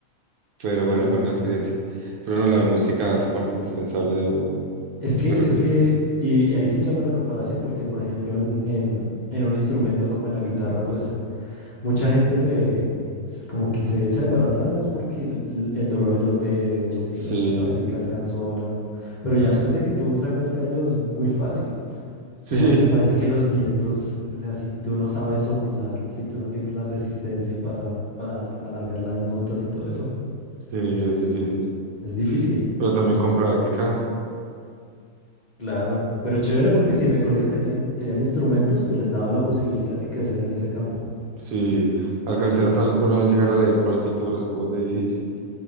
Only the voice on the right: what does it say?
Pero
bueno, fue una
experiencia. Pero no, la música hace parte indispensable de uno.
Yo creo.
Sí,
sí,
sí, es difícil.
Pero también con práctica,
sí. Alcancé hasta alguna vez llegar a leer partituras, como es de difícil.